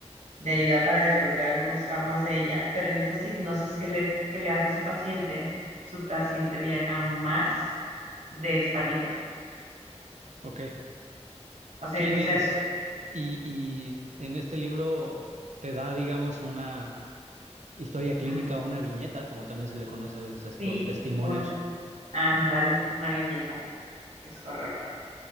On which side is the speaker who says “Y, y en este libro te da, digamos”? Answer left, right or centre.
Right